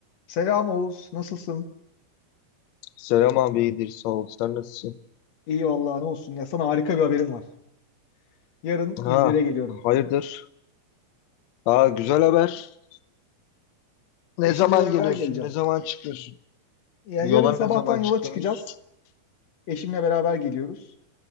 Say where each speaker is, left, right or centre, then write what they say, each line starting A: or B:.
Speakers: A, on the left; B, on the left.
A: Selam Oğuz, nasılsın?
B: Selam abi iyidir sağ ol. Sen nasılsın?
A: İyi vallahi ne olsun ya sana harika bir haberim var. Yarın
B: Ha
A: İzmir'e geliyorum.
B: hayırdır? Ha güzel haber. Ne
A: Eşimle
B: zaman
A: beraber
B: geliyorsun?
A: geleceğim.
B: Ne zaman çıkıyorsun?
A: Ya
B: Yola
A: yarın sabahtan
B: ne zaman
A: yola
B: çıkıyorsunuz?
A: çıkacağız. Eşimle beraber geliyoruz.